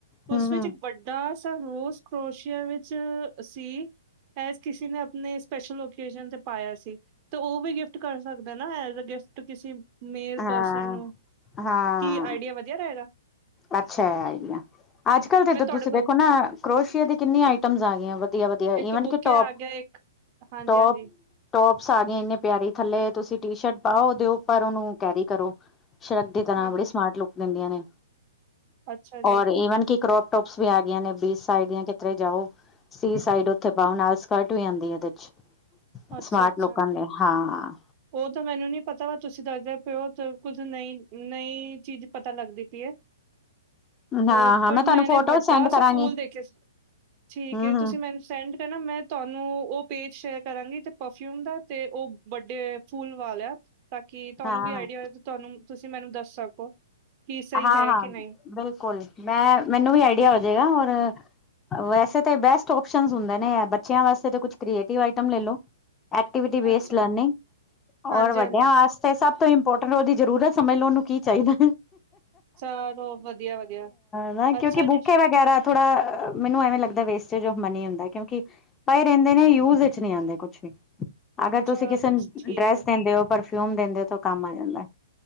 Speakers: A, on the left; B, on the right.
A: ਹੂੰ
B: ਉਸ ਵਿੱਚ ਵੱਡਾ ਸਾ ਰੋਸ ਕਰੋਸ਼ੀਆ ਵਿੱਚ ਸੀ ਏਸ ਕਿਸੇ ਨੇ ਅਪਣੇ ਸਪੈਸ਼ਲ ਓਕੇਜਨ ਤੇ ਪਾਇਆ ਸੀ। ਤੇ ਓ ਵੀ ਗਿਫਟ ਕਰ ਸਕਦਾ ਨਾ ਐਜ਼ ਏ ਗਿਫਟ ਕਿਸੀ ਮੇਲ
A: ਹਾਂ
B: ਪਰਸਨ ਨੂੰ
A: ਹਾਂ
B: ਕੀ ਆਈਡੀਆ ਵਧੀਆ ਰਏਗਾ?
A: ਅੱਛਾ। ਅੱਜ-ਕੱਲ੍ਹ ਤੇ
B: ਤੁਹਾਡੇ
A: ਦ ਤੁਸੀਂ
B: ਕੋਲ
A: ਦੇਖੋ ਨਾ ਕਰੋਸੀ਼ਏ ਦੀ ਕਿੰਨੀ ਆਈਟਮਸ ਆ ਗੀਆਂ ਵੇ ਵਧੀਆ ਵਧੀਆ
B: ਇੱਕ
A: ਈਵਨ
B: ਤਾਂ ਬੁੱਕੇ
A: ਕਿ ਟੋਪ,
B: ਆ ਗਿਆ ਇੱਕ ਹਾਂਜੀ
A: ਟੋਪ
B: ਹਾਂਜੀ
A: ਟੋਪਸ ਆ ਗਏ ਇੰਨੀ ਪਿਆਰੀ ਥੱਲੇ ਤੁਸੀ ਟੀ ਸ਼ਰਟ ਪਾਓ ਔਦੇ ਉਪਰ ਓਨੂੰ ਕੈਰੀ ਕਰੋ ਸ਼ਰ ਟ ਦੀ ਤਰ੍ਹਾਂ
B: ਹਾਂ
A: ਬੜੀ ਸਮਾਰਟ ਲੁੱਕ ਦਿੰਦੀਆਂ ਨੇ।
B: ਅੱਛਾ
A: ਔਰ
B: ਜੀ
A: ਈਵਨ ਕਿ ਕਰੋਪ ਟੋਪਸ ਵੀ ਆ ਗੀਆਂ ਨੇ ਬੀਚ ਸਾਈਡ ਦੀਆਂ ਕਿਤਰੇ ਜਾਓ ਸੀ ਸਾਈਡ ਓਥੇ ਪਾਓ, ਨਾਲ ਸਕਰਟ ਵੀ ਆਂਦੀ ਏਦੇ ਚ।
B: ਅੱਛਾ
A: ਸਮਾਰਟ
B: ਅੱਛਾ।
A: ਲੋਕਾਂ ਹਾਂ।
B: ਓ ਤੇ ਮੈਨੂੰ ਨੀ ਪਤਾ ਤੁਸੀ ਦੱਸਦੇ ਪੇਓ ਤ ਕੁੱਝ ਨਈ, ਨਈ ਚੀਜ਼ ਪਤਾ ਲੱਗਦੀ ਪੀਏ।
A: ਹਾਂ
B: ਹਂ,
A: ਹਾਂ
B: ਪਰ
A: ਮੈਂ ਤੁਹਾਨੂੰ
B: ਮੈਂਨੇ
A: ਫੋਟੋ
B: ਵੱਡਾ
A: ਸੈਂਡ
B: ਸਾ
A: ਕਰਾਂਗੀ
B: ਫੂਲ ਦੇਖਿਆ ਸੀ। ਠੀਕ
A: ਹੂੰ
B: ਏ।
A: ਹੂੰ
B: ਤੁਸੀ ਮੈਨ ਸੈਂਡ ਕਰਨਾ ਮੈਂ ਤੁਹਾਨੂੰ ਓ ਪੇਜ ਸ਼ੇਅਰ ਕਰਾਂਗੀ ਤੇ ਪਰਫਿਊਮ ਦਾ ਤੇ ਓ ਵੱਡੇ ਫੂਲ ਵਾਲਿਆ ਤਾਂਕਿ ਤੁਆਨੂੰ
A: ਹਾਂ
B: ਵੀ ਆਈਡੀਆ ਤੁਆਨੂੰ ਤੁਸੀ ਮੈਨੂੰ ਦੱਸ ਸਕੋ। ਕੀ ਸਹੀ
A: ਹਾਂ
B: ਹੈ
A: ਹਾਂ,
B: ਕਿ ਨਹੀਂ।
A: ਬਿਲਕੁਲ। ਮੈਂ ਮੈਨੂੰ ਵੀ ਆਈਡੀਆ ਹੋਜੇਗਾ ਔਰ ਵੈਸੇ ਤੇ ਬੈਸਟ ਓਪਸ਼ਨਸ ਹੁੰਦੇ ਨੇ ਬੱਚੇਆਂ ਵਾਸਤੇ ਤੇ ਕੁਛ ਕ੍ਰੀਏਟਿਵ ਆਈਟਮ ਲੈ ਲੋ। ਐਕਟੀਵਿਟੀ ਬੇਸਡ
B: ਅੱਛਾ
A: ਲਰਨਿੰਗ
B: ਹਾਂਜੀ-ਹਾਂਜੀ
A: ਔਰ ਵੱਡਿਆਂ ਆਸ ਤੇ ਸਭ ਤੋਂ ਇੰਪੋਰਟੈਂਟ ਔਦੀ ਜ਼ਰੂਰਤ ਸਮਝ ਲੋ ਓਨੂੰ ਕੀ ਚਾਈਦਾ।
B: ਚਲਾਦੋ ਵਧੀਆ ਵਧੀਆ।
A: ਨਾ ਕਿਉਂਕਿ
B: ਅੱਛਾ
A: ਬੁਕੇ
B: ਜੀ।
A: ਵਗੈਰਾ ਥੋੜਾ ਅ ਮੈਨੂੰ ਐਵੇਂ ਲੱਗਦਾ ਵੇਸਟੇਜ ਔਫ ਮਨੀ ਹੁੰਦਾ ਕਿਉਂਕਿ ਪਏ ਰਹਿੰਦੇ ਨੇ ਯੂਜ਼ ਇੱਚ ਨੀ ਆਂਦੇ ਕੁਛ ਵੀ, ਅਗਰ
B: ਚਲੋ
A: ਤੁਸੀ ਕਿਸੇ ਨੂੰ
B: ਠੀਕ
A: ਡਰੈੱਸ
B: ਐ।
A: ਦੇੰਦੇ ਓ ਪਰ ਫਿਊਮ ਦਿੰਦੇ ਤੋ ਕੰਮ ਆ ਜਾਂਦਾ।